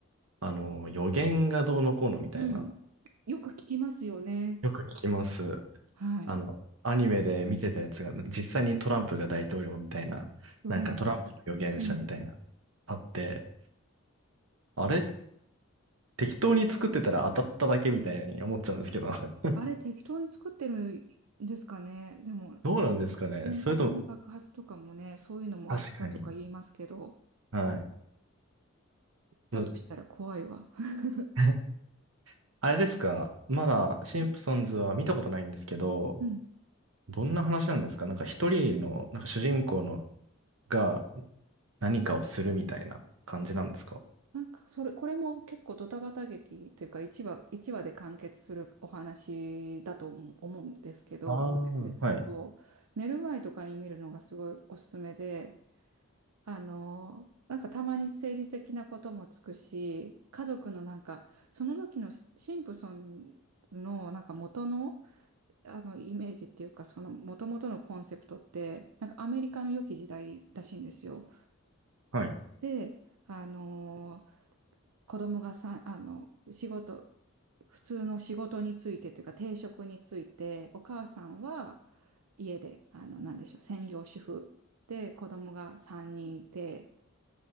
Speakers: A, on the right (about 65°); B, on the right (about 85°).
A: あの、予言がどうのこうのみたいな、
B: うん。よく聞きますよね。
A: よく聞きます。
B: はい。
A: あの、アニメで見てたやつが、実際にトランプが大統領みたいな、
B: 表現者の。
A: なんかトランプの予言者みたいな、
B: うん
A: あって、あれ適当に作ってたら当たっただけみたいに思っちゃうんですけど。<laughs>
B: あれ適当に作ってるんですかね。でも、
A: どうなんですかね。
B: 原発の爆発とかもね、
A: それとも、
B: そういうのも当てたとか言いますけど、
A: 確かに。はい。
B: だとしたら怖いわ。
A: う
B: <laughs>
A: <laughs> あれですか。まだ、シンプソンズは見たことないんですけど、
B: うん。
A: どんな話なんですかなんか一人の、なんか主人公のが何かをするみたいな感じなんですか
B: なんか、それ、これも結構ドタバタ劇っていうか、1話、一話で完結するお話だと思思うんですけど、
A: ああー、
B: 思ってるんですけど、
A: はい。
B: 寝る前とかに見るのがすごいおすすめで、あの、なんかたまに政治的なこともつくし、家族のなんか、その時のシシンプソンズのなんか元の、あの、イメージっていうか、その、元々のコンセプトって、なんかアメリカの良き時代らしいんですよ。
A: はい。
B: で、あのー子供がさ、あの、仕事、普通の仕事についてというか、定職について、お母さんは家で、あの、なんでしょう、専業主婦で、子供が3人いて、